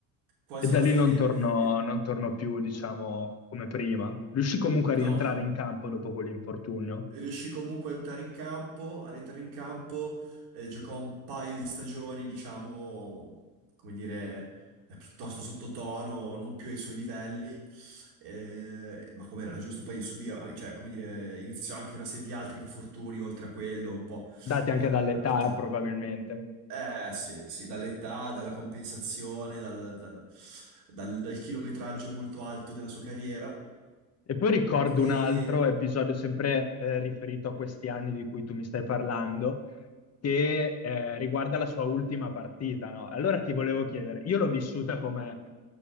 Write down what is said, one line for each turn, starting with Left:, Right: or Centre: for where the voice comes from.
Right: quasi
Left: E da
Right: alla
Left: lì
Right: fine.
Left: non torno,
Right: e-
Left: non torno più, diciamo, come prima. Riuscì comunque
Right: no,
Left: a rientrare in campo dopo quell'infortunio,
Right: Riuscì comunque a entrare in campo, a rientrare in campo, eh, giocò un paio di stagioni, diciamo, come dire, eh, piuttosto sottotono, non più ai suoi livelli, eh, ma come era giusto, poi subì, an- cioè, come dire, iniziò anche una serie di altri infortuni oltre a quello, un po',
Left: dati anche
Right: eh,
Left: dall'età
Right: tra-
Left: probabilmente.
Right: eh, sì, sì, dall'età, dalla compensazione, dal, dal- dal- dal chilometraggio molto alto della sua carriera,
Left: E poi ricordo
Right: e...
Left: un altro episodio sempre eh, riferito a questi anni di cui tu mi stai parlando, che eh, riguarda la sua ultima partita, no? Allora ti volevo chiedere, io l'ho vissuta come